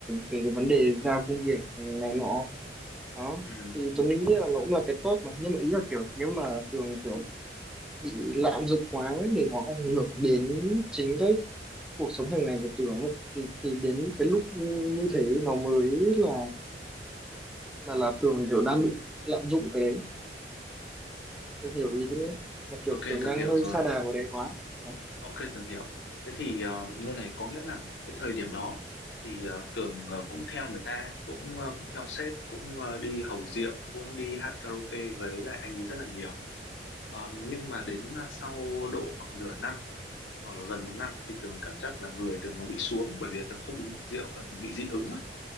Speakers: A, in the centre; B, on the left (about 80°).
A: về cái vấn đề giao công việc này nọ đó
B: ừ,
A: thì Tuấn nghĩ là nó cũng là cái tốt mà nhưng mà ý là kiểu nếu mà Tường kiểu bị lạm dụng quá ấy, để nó ảnh hưởng đến chính cái cuộc sống hàng ngày của Tường ấy, thì thì đến cái lúc như thế nó mới là là là Tường kiểu đang bị lạm dụng cái đấy Tường hiểu ý thế nữa là kiểu
B: ok
A: Tường
B: Tường
A: đang
B: hiểu
A: hơi
B: rồi.
A: sa đà vào đấy quá Đó.
B: Ok Tường hiểu. Thế thì ờ, như này có nghĩa là cái thời điểm đó thì ờ, Tường ờ, cũng theo người ta, cũng ờ, cũng theo sếp, cũng ờ, đi hầu rượu, cũng đi hát karaoke với lại anh ấy rất là nhiều. Ờ, nhưng mà đến ờ, sau độ khoảng nửa năm hoặc là gần một năm thì Tường cảm giác là người Tường nó bị xuống bởi vì Tường không uống rượu và Tường bị dị ứng. á.